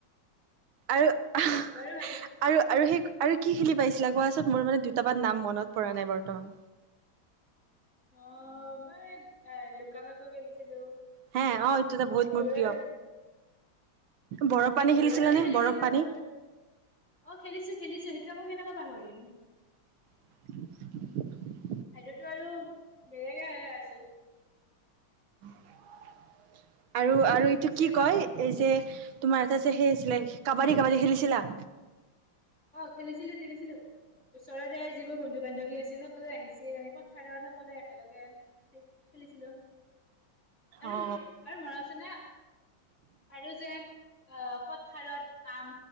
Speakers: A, on the right; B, on the left.
A: আৰু আৰু
B: এইবাৰো ভাবিছো
A: আৰু সেই আৰু কি খেলি পাইছে <unintelligible> কোৱাচোন, মোৰ মানে দুটামান নাম মনত পৰা নাই বৰ্তমান।
B: অ মই লুকা ভাকু খেলিছিলো
A: হে অ এইটো এটা বহুত মোৰ
B: দৌৰা
A: প্ৰিয়
B: দৌৰি
A: বৰফ পানী
B: দৌৰা
A: খেলিছিলা
B: দৌৰি
A: নে
B: খেলিছিলো
A: বৰফ পানী
B: অকল অ খেলিছো খেলিছো সেইটোয়া মই কেনেকুৱা কিয় পাহৰিম
A: <inaudible>
B: সেইটোতো আৰু বেলেগে আছিল।
A: <inaudible> আৰু,
B: অ
A: আৰু এইটো
B: পিছত
A: কি কয়, এই যে তোমাৰ এটা যে সেই আছিলে, কাবাডী কাবাডী খেলিছিলা।
B: অ খেলিছিলো খেলিছিলো ওচৰৰে যিবোৰ বন্ধু- বান্ধৱী আছিল সকলোৱে আহিছিল, আমি পথাৰত সকলোৱে একেলগে খেল খেলিছিলো। আৰু
A: অ
B: আৰু মৰাচনে আৰু যে অ পথাৰত আম